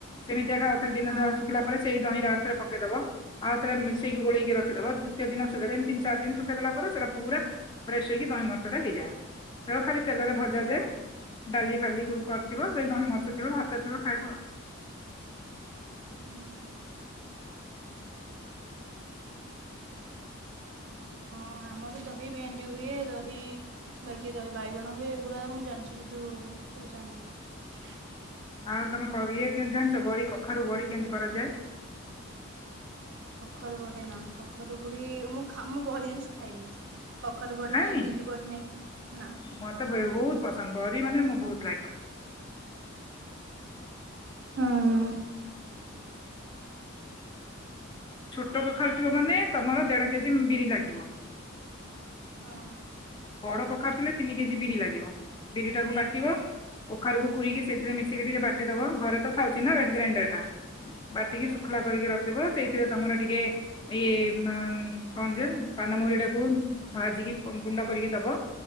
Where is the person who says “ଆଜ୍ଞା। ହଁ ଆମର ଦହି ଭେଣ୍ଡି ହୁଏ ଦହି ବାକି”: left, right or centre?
Right